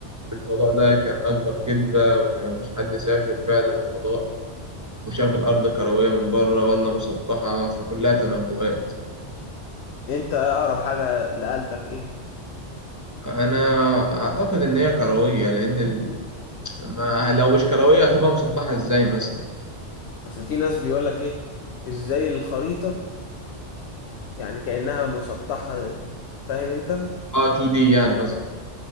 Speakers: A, on the right; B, on the left.
A: في الفضاء ده كان أكبر كذبة وإن مفيش حد سافر فعلا الفضاء وشاف الأرض كروية من بره ولا مسطحة فكلها تنبؤات
B: انت اقرب حاجه لقلبك ايه
A: أنا أعتقد إن هي كروية لأن ال... ما لو مش كروية هتبقى مسطحة إزاي مثلا يعني
B: اصل في ناس بيقول لك ايه ازاي الخريطه يعني كانها مسطحه فاهم انت
A: آه 2D يعني قصدي